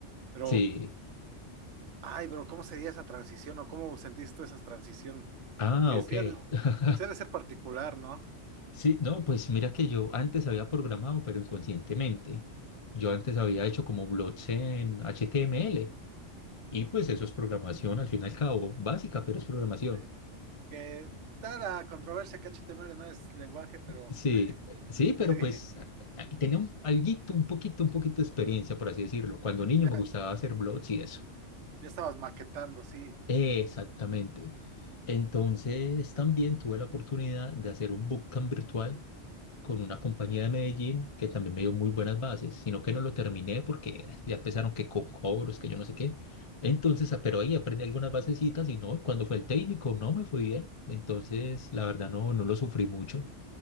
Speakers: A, on the right (about 75°); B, on the left (about 30°).
A: Pero,
B: Sí.
A: ay, bro, ¿cómo sería esa transición o cómo sentiste esa transición?
B: Ah,
A: Porque
B: ok.
A: sí, ha de,
B: <laughs>
A: sí ha de ser particular, ¿no?
B: Sí, no, pues mira que yo antes había programado, pero inconscientemente. Yo antes había hecho como blogs en HTML y pues eso es programación al fin y al cabo, básica, pero es programación.
A: Sí. Que da la controversia que HTML no es lenguaje, pero
B: Sí, eh, sí, pero
A: sí,
B: pues
A: <laughs>
B: a- a- tenía un alguito, un poquito, un poquito de experiencia, por así decirlo. Cuando niño
A: ya,
B: me
A: ya
B: gustaba hacer blogs y eso.
A: estabas maquetando, sí.
B: Exactamente. Entonces, también tuve la oportunidad de hacer un bootcamp virtual con una compañía de Medellín que también me dio muy buenas bases, sino que no lo terminé porque ya empezaron que con cobros, que yo no sé qué. Entonces, ah, pero ahí aprendí algunas basecitas y no, cuando fue el técnico, no me fue bien. Entonces, la verdad, no, no lo sufrí mucho.